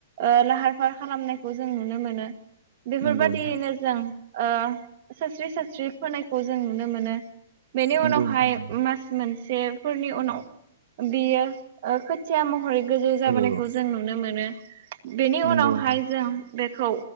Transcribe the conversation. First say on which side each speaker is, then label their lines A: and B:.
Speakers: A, on the right; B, on the right.
A: ओ लाहार फाहार खालामनायखौ जों नुनो मोनो बेफोरबायादियैनो
B: नंगौ नोंथां
A: जों ओ सास्रि सास्रि फोनायखौ जों नुनो मोनो बेनि
B: नंगौ
A: उनावहाय
B: नोंथां
A: मास मोनसेफोरनि उनाव बियो खोथिया महरै गोजौ जाबोनायखौ
B: औ औ
A: जों नुनो मोनो बेनि
B: नंगौ
A: उनावहाय
B: नोंथां
A: जों बेखौ